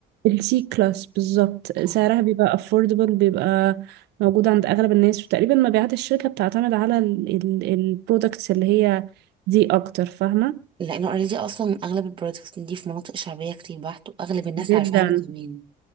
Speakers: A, on the right; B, on the right.
A: السي كلاس بالظبط سعرها
B: اه
A: بيبقى affordable بيبقى موجود عند أغلب الناس وتقريبا مبيعات الشركة بتعتمد على البرودكتس اللي هي دي أكتر فاهمة
B: لانه اوريدي اصلا اغلب البرودكتس دي في مناطق شعبية كتير بحت واغلب الناس
A: جدا
B: عارفاها من زمان